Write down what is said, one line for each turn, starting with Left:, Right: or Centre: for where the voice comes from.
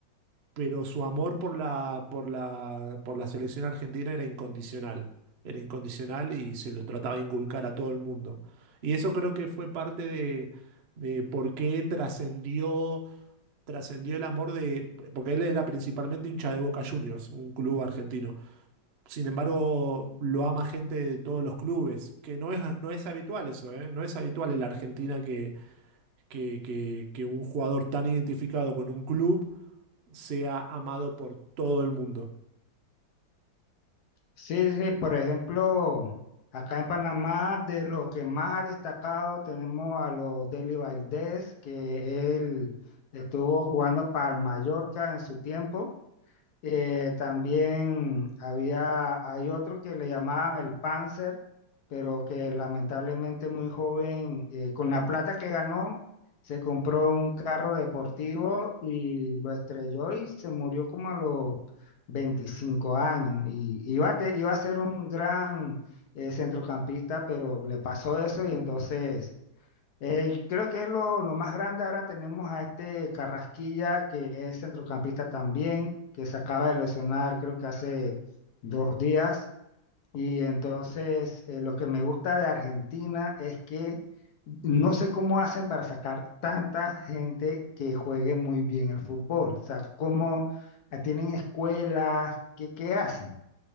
Right: pero su amor por la, por la, por la selección argentina era incondicional. Era incondicional y se lo trataba de inculcar a todo el mundo. Y eso creo que fue parte de, de por qué trascendió, trascendió el amor de, porque él era principalmente hincha de Boca Juniors, un club argentino. Sin embargo, lo ama gente de todos los clubes, que no es, no es habitual eso, ¿eh? No es habitual en la Argentina que, que, que que un jugador tan identificado con un club sea amado por todo el mundo.
Left: Sí, sí, por ejemplo, acá en Panamá, de lo que más ha destacado, tenemos a los Deli Valdés, que él estuvo jugando para el Mallorca en su tiempo. Eh, también había, hay otro que le llamaban el Panzer, pero que lamentablemente muy joven, eh, con la plata que ganó, se compró un carro deportivo y lo estrelló y se murió como a los 25 años. Y iba a, te- iba a ser un gran eh, centrocampista, pero le pasó eso y entonces eh, creo que es lo, lo más grande. Ahora tenemos a este Carrasquilla, que es centrocampista también, que se acaba de lesionar, creo que hace dos días. Y entonces, eh, lo que me gusta de Argentina es que no sé cómo hacen para sacar tanta gente que juegue muy bien el fútbol. O sea, cómo eh, tienen escuelas, ¿qué, qué hacen?